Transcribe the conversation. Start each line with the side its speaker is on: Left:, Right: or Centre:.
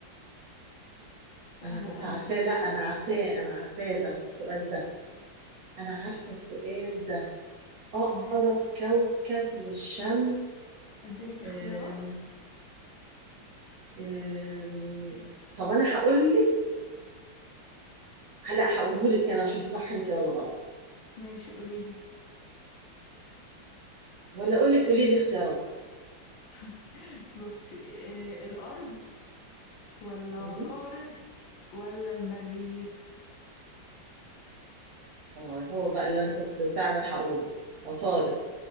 Left: دي سهلة
Right: انا كنت
Left: أوي
Right: عارفاه
Left: دي
Right: لا انا عارفاه انا عارفاه ده السؤال ده انا عارفه السؤال ده اقرب
Left: أدي-
Right: كوكب للشمس
Left: أديلك اختيارات
Right: أم... أم... طب انا هقول لك لا هقوله لك انا اشوف صح انت ولا غلط
Left: ماشي قوليلي
Right: ولا اقول لك قولي لي اختيارات
Left: <laughs> بصي إيه الأرض ولا عطارد
Right: مم.
Left: ولا المريخ
Right: اه هو بقى اللي انا كنت فعلا هقوله عطارد